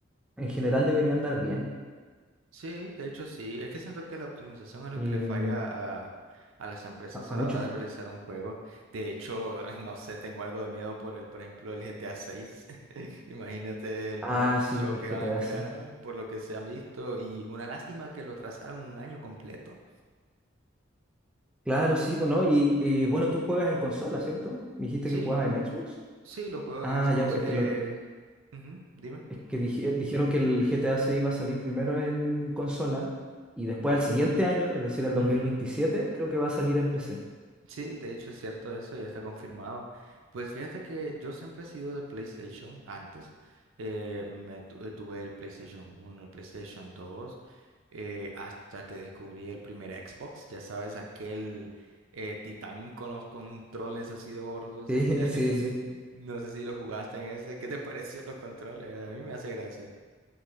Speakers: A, in the centre; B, on the right (about 75°).
A: en general deberían andar bien.
B: Sí, de hecho sí. Es que siento que la optimización es lo
A: Y
B: que
A: mm,
B: le falla a, a las empresas
A: a,
B: a
A: a
B: la
A: muchos.
B: hora de realizar un juego. De hecho, <laughs> no sé, tengo algo de miedo por el, por ejemplo, el GTA seis. <laughs> Imagínate el
A: Ah,
B: monstruo
A: sí, pues
B: que
A: el GTA
B: van a crear
A: 6.
B: por lo que se han visto y una lástima que lo atrasaron un año completo.
A: Claro, sí, pues no. Y, y, bueno, tú juegas en consola, ¿cierto? Me Dijiste
B: Sí,
A: que jugabas en Xbox.
B: sí, lo juego
A: Ah,
B: en Xbox.
A: ya, pues es
B: Eh...
A: que, lo, que-
B: ujú, dime.
A: es que dije- eh, dijeron que el GTA 6 iba a salir primero en consola y después al siguiente año, es decir, el dos
B: Ujú.
A: mil veintisiete, creo que va a salir en PC.
B: Sí, de hecho es cierto eso, ya está confirmado. Pues fíjate que yo siempre he sido de PlayStation antes. eh, me tu- eh, tuve el PlayStation uno, el PlayStation dos, eh, hasta que descubrí el primer Xbox. Ya sabes, aquel eh, titán con los controles así de gordos.
A: Sí,
B: <laughs>
A: <laughs> sí, sí.
B: No sé si lo jugaste en ese. ¿Qué te <laughs> pareció los controles? A mí me hace gracia.